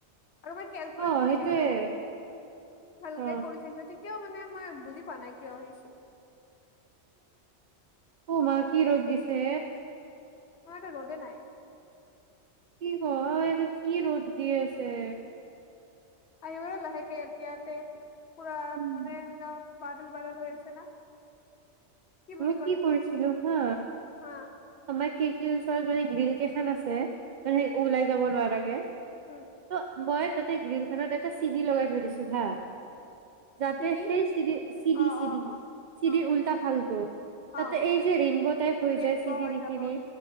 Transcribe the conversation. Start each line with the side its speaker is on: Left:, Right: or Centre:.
Left: আৰু মই কেলকুলেট
Right: অ
Left: কৰি
Right: সেইটোয়ে
Left: চাইছো, ভালকে
Right: অ
Left: কৰি চাইছো তি এতিয়াও মানে মই বুজি পোৱা নাই কিয় হৈছে?
Right: উমা কি ৰ'দ দিছে।
Left: মাৰ টা ৰ'দে নাই।
Right: কি ক এট কি ৰ'দ দি আছে।
Left: আহিব লাহেকে এতিয়া ইয়াতে পুৰা
Right: উম
Left: মানে বাদল, বাদল হৈ আছে না। বুলি
Right: মই
Left: কয়
Right: কি
Left: সেইটো
Right: কৰিছিলো হা
Left: হা
Right: আমাক খিৰকিৰ ওচৰত মানে গ্ৰীল কেইখন আছে।
Left: উম
Right: ওলাই যাব নোৱাৰাকে
Left: উম
Right: ত' মই তাতে গ্ৰীলখানত এটা চিৰি লগাই থৈ দিছো হা যাতে
Left: চিৰি
Right: সেই চিদি, চিদি,
Left: অ
Right: চিদি,
Left: অ অ
Right: চিদিৰ
Left: অ
Right: উল্টা ফাল তাতে
Left: অ
Right: এই যে, ৰেনব টাইপ হৈ
Left: ৰেইনব
Right: যায় চিৰিৰি
Left: হৈ যাব
Right: খিনি